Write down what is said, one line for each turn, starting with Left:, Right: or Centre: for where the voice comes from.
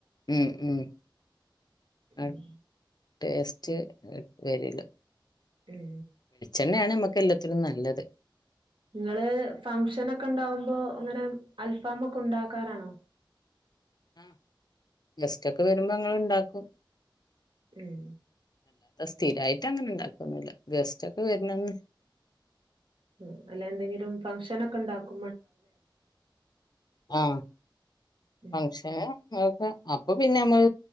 Left: ഉം ഉം
Right: ഉം
Left: ആ ടേസ്റ്റ് വരില്ല
Right: ഉം
Left: ണ്ണേണ് മ്മക്ക് എല്ലത്തിനും നല്ലത്
Right: ങ്ങള് ഫങ്ഷനൊക്കെ ണ്ടാവുമ്പോ ങ്ങനെ അൽഫാമൊക്കെ ണ്ടാക്കാറാണോ?
Left: മ് ഗസ്റ്റോക്കെ വരുമ്പോ ങ്ങനെ ണ്ടാക്കും
Right: ഉം
Left: സ്ഥിരായിട്ടങ്ങനെ ണ്ടാക്കൊന്നുല്ല ഗസ്റ്റോക്കെ വർനന്ന്
Right: മ് അല്ലെ ന്തെങ്കിലും ഫംഗ്ഷനൊക്കെ ണ്ടാക്കോ
Left: ആ
Right: ഉം
Left: ഫങ്ഷന് അപ്പൊ പിന്നെ മ്മൾ